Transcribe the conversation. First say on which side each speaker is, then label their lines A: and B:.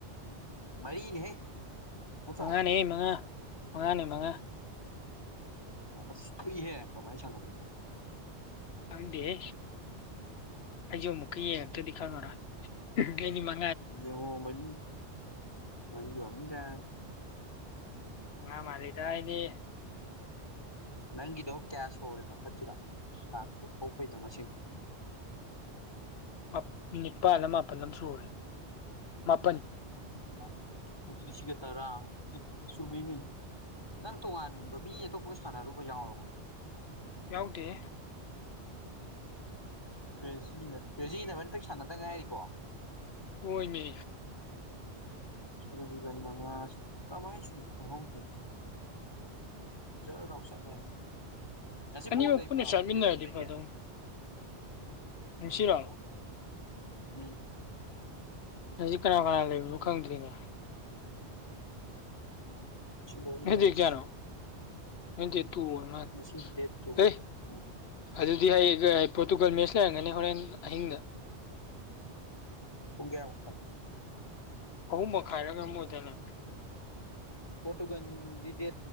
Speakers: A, on the left (about 20°); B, on the left (about 65°).
A: ꯃꯔꯤꯅꯦꯍꯦ ꯅꯠꯇ꯭ꯔꯣ
B: ꯃꯉꯥꯅꯦꯍꯦ ꯃꯉꯥ ꯃꯉꯥꯅꯦ ꯃꯉꯥ
A: ꯑꯣ ꯑꯁ ꯊꯨꯏꯍꯦ ꯀꯃꯥꯏ ꯁꯥꯅꯒꯤꯝꯅꯣ
B: ꯈꯪꯗꯦꯍꯦ ꯑꯩꯖꯨ ꯑꯃꯨꯛꯀ ꯌꯦꯡꯉꯛꯇ꯭ꯔꯗꯤ ꯈꯪꯉꯔꯣꯏ ꯑꯩꯗꯤ ꯃ
A: ꯌꯦꯡꯉꯣ ꯃꯔꯤ ꯃꯔꯤ ꯑꯣꯏꯔꯝꯅꯤꯗ
B: ꯃꯉꯥ ꯃꯥꯜꯂꯤꯗ ꯑꯩꯗꯤ
A: ꯅꯪꯒꯤꯗꯣ ꯀꯌꯥ ꯁꯨꯍꯧꯔꯦ ꯃꯊꯛꯀꯤꯗꯣ ꯇꯥꯛꯁ ꯊꯣꯛꯄꯩꯗꯣ ꯃꯁꯤꯡ
B: ꯃꯥ ꯅꯤꯄꯥꯜꯂ ꯃꯥꯄꯜꯂ ꯑꯝ ꯁꯨꯍꯧꯔꯦ ꯃꯥꯄꯟ
A: ꯃꯥ ꯑꯗꯨꯗꯤ ꯁꯤꯒ ꯇꯔꯥ ꯏ ꯆꯨꯝꯃꯤꯅꯦ ꯅꯪ ꯇꯣꯉꯥꯟꯕ ꯃꯤ ꯑꯇꯣꯞꯄꯒ ꯁꯥꯟꯅꯔꯨꯕ ꯌꯥꯎꯔꯕꯣ
B: ꯌꯥꯎꯗꯦꯍꯦ
A: ꯀ꯭ꯔꯦꯖꯤꯅ ꯀꯦꯖꯤ ꯅꯕꯅꯤꯇꯪ ꯁꯥꯟꯅꯗ ꯉꯥꯏꯔꯤꯀꯣ
B: ꯀꯣꯏꯃꯦ
A: ꯑꯁ ꯑꯗꯨꯗꯤ ꯏꯕꯥꯅꯤ ꯃꯉꯥ ꯁꯨ ꯀꯃꯥꯏ ꯁꯨꯏꯅꯣ ꯈꯪꯍꯧꯗꯦꯅꯦ ꯖꯔ ꯂꯥꯎꯆꯠꯂꯦꯝ ꯉꯁꯤ
B: ꯑꯅꯤꯃꯛ
A: ꯕꯣꯜ ꯂꯩꯕ꯭ꯔꯣ
B: ꯄꯨꯟꯅ ꯆꯥꯃꯤꯟꯅꯔꯗꯤ
A: ꯀꯀꯩ ꯂꯝ ꯂꯩꯒꯦ
B: ꯐꯗꯧꯅꯤ ꯉꯁꯤꯔꯣ
A: ꯎꯝ ꯎꯝ
B: ꯖꯤ ꯀꯅꯥ ꯀꯅꯥ ꯂꯩꯕꯅꯣ ꯈꯪꯗ꯭ꯔꯤꯅꯦ
A: ꯁꯤ ꯂꯣꯏ
B: ꯉꯁꯤ
A: ꯌꯦꯡꯉꯁꯤ
B: ꯗꯦꯠ ꯀꯌꯥꯅꯣ ꯉꯁꯤ ꯗꯦꯠ ꯇꯨ ꯑꯣꯏꯔ ꯃꯥꯜꯂꯦ
A: ꯉꯁꯤ ꯗꯦꯠ ꯇꯨ
B: ꯍꯦ
A: ꯎꯝ
B: ꯑꯗꯨꯗꯤ ꯍꯩꯒ ꯄꯣꯔꯇꯨꯒꯜ ꯃꯦꯠꯁ ꯂꯩꯔꯝꯒꯅꯤ ꯍꯣꯔꯦꯟ ꯑꯍꯤꯡꯗ
A: ꯄꯨꯨꯡ ꯀꯌꯥꯃꯨꯛꯇ
B: ꯑꯍꯨꯝ ꯃꯈꯥꯏꯔ ꯀꯩꯅꯣꯝ ꯑꯣꯏꯗꯥꯏꯅꯦ
A: ꯄꯣꯔꯇꯨꯒꯟꯒꯤ ꯗꯦꯠ